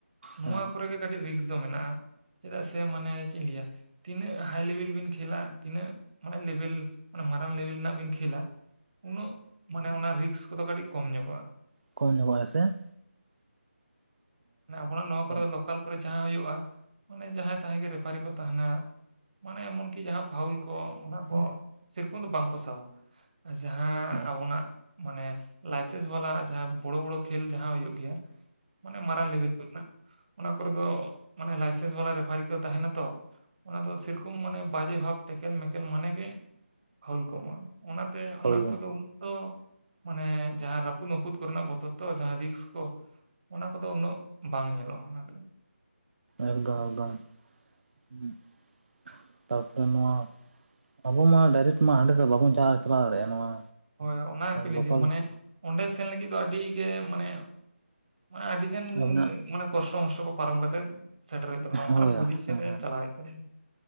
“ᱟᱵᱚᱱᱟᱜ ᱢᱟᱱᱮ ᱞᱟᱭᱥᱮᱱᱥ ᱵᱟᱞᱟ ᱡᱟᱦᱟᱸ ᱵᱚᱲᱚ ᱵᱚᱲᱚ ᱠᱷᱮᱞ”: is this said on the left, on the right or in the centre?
Right